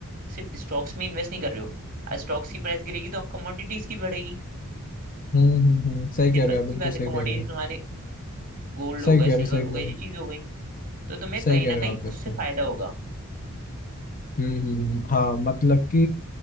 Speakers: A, on the right (about 40°); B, on the left (about 40°).
A: सिर्फ स्टॉक्स में इन्वेस्ट नहीं कर रहे हो स्टॉक्स की प्राइस गिरेगी तो आप कमोडिटीज की बढ़ेगी
B: हम्म हम्म हम्म, सही
A: सिंपल
B: कह रहे
A: सी
B: हो आप बिल्कुल
A: बात
B: सही
A: है कमोडिटीज
B: कह रहे हो
A: तुम्हारे गोल्ड
B: सही
A: हो गए
B: कह
A: सिल्वर
B: रहे हो सही
A: हो
B: कह
A: गए
B: रहे हो
A: ये चीज हो गई तो तुम्हें
B: सही
A: कहीं
B: कह
A: ना
B: रहे हो
A: कहीं
B: आप बिल्कुल
A: उससे फायदा होगा
B: हम्म हम्म हम्म। हाँ मतलब कि